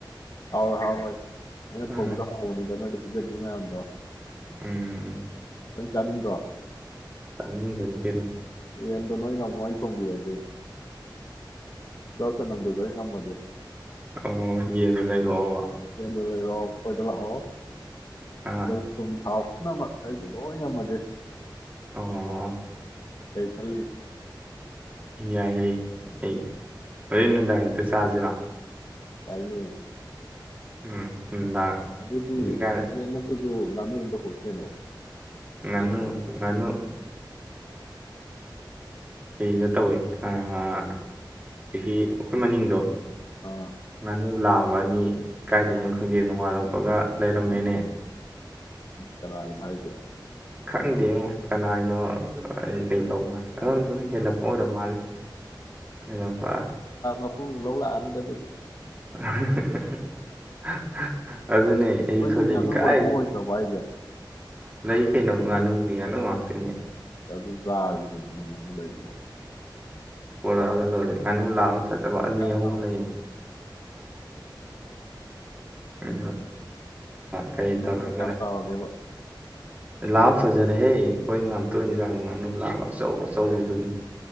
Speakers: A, on the left; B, on the right.
A: ꯍꯥꯎꯔꯣꯏ ꯍꯥꯎꯔꯣꯏ ꯑꯩꯅ
B: ꯑ,
A: ꯊꯣꯡꯉꯗ ꯐꯣꯡꯅꯤꯡꯗ ꯅꯣꯏꯗꯤ ꯑꯗꯨꯗꯒꯤ ꯃꯌꯥꯝꯗꯣ
B: ꯎꯝ
A: ꯄ ꯆꯥꯂ ꯇ
B: ꯆꯥꯡ ꯀꯔꯤ ꯀꯦꯩꯅꯣ
A: ꯑꯦꯟ ꯅꯣꯣꯌꯅ ꯅ ꯉꯣꯣꯌ ꯇꯣꯡꯗ ꯀꯦ ꯂꯧꯁ ꯅꯝꯗꯗ ꯉꯃꯒꯤ
B: ꯑꯣ ꯌꯦꯟꯗꯣ ꯂꯩꯔꯛꯑꯣꯕ
A: ꯌꯦ ꯑꯣꯏꯔꯥꯎ ꯑꯩꯈꯣꯏꯗ ꯂꯥꯛꯑꯣ ꯑꯩꯣꯏ
B: ꯑꯥ
A: ꯊꯨꯝ ꯊꯥꯎ ꯄꯨꯝꯅꯃꯛ ꯑꯩꯗꯣ ꯂꯣꯏ ꯉꯝꯃꯒꯦ
B: ꯑꯣ
A: ꯀꯩ ꯈꯜ
B: ꯌꯥꯏꯌꯦꯦ ꯑꯩ ꯍꯣꯔꯦꯟ ꯅꯨꯡꯗꯥꯡ ꯍꯛꯇ ꯆꯥꯁꯤꯔꯣ
A: ꯇꯏꯅꯦ
B: ꯎꯝ ꯅꯨꯡꯗꯥꯡ
A: ꯑꯗꯨꯗꯤ
B: ꯍꯧꯖꯤꯛꯀꯥꯟ
A: ꯅꯠꯇ ꯂꯅꯨꯝꯇ ꯄꯣꯊꯂꯅꯣ
B: ꯉꯥꯅꯨ ꯉꯥꯅꯨ ꯀꯗ ꯇꯧꯋꯤ ꯁꯤꯗꯒꯤ ꯑꯩꯈꯣꯏ ꯃꯅꯤꯡꯗꯣ
A: ꯑꯥ
B: ꯃꯨ ꯂꯥꯕ ꯑꯅꯤ ꯀꯥꯏꯗꯣꯏꯅꯣ ꯈꯪꯗꯦ ꯉꯥꯜꯛꯄꯒ ꯂꯩꯔꯝꯃꯦꯅꯦ
A: ꯀꯅꯥꯒꯤꯅ ꯍꯥꯏꯁꯦ
B: ꯈꯪꯗꯦꯉ ꯀꯅꯥꯅꯣ ꯀꯩꯗꯧ ꯃꯥꯜꯂꯦ ꯑꯗꯝ ꯁꯨꯝ ꯍꯦꯜꯂꯛꯄ ꯑꯣꯏꯔ ꯃꯥꯜꯂꯦ ꯍꯦꯜꯂꯛꯄ
A: ꯎꯄ ꯂꯧꯧꯕ ꯑ ꯇ
B: <unintelligible> ꯑꯩ
A: ꯃꯥꯒꯤ
B: ꯈꯜꯂꯤꯅꯤ
A: ꯉꯥꯅꯨ
B: ꯀꯥꯏ
A: ꯑꯣꯏꯔ ꯑꯗꯨꯝ ꯑꯣꯏꯗ꯭ꯔꯕ ꯍꯥꯏꯁꯦ
B: ꯂꯩ ꯀꯩꯅꯣ ꯉꯥꯅꯨꯒꯤ ꯌꯥꯅꯨ ꯉꯥꯛꯇꯅꯦ
A: ꯑꯗꯨ ꯆꯥꯔꯁꯤ ꯀꯩꯅꯣ ꯅꯪ ꯉꯥꯟꯗ ꯂꯩꯗꯧꯕ
B: ꯄꯨꯔꯛꯑꯒ ꯂꯣꯏꯔꯦ ꯉꯥꯅꯨ ꯂꯥꯡ ꯐꯠꯖꯕ
A: ꯉꯥꯅꯨ
B: ꯑꯅꯤ
A: ꯀꯌꯥꯝ
B: ꯑꯍꯨꯝ
A: ꯆꯥꯎꯔ
B: ꯂꯩꯌꯦ ꯑꯗ ꯀꯩ
A: ꯉꯥꯅꯨꯗꯣ
B: ꯇꯧꯔꯒ
A: ꯀꯌꯥꯝ ꯆꯥꯎꯔꯒꯦꯕ
B: ꯂꯥꯛꯑꯣ ꯐꯖꯔꯦꯍꯦ ꯑꯩꯈꯣꯏꯅ ꯌꯥꯝ ꯇꯣꯏꯅ ꯆꯥꯡꯕ ꯉꯥꯅꯨ ꯂꯥꯛꯂ ꯑꯆꯧ ꯑꯆꯧꯕꯗꯨꯅꯤ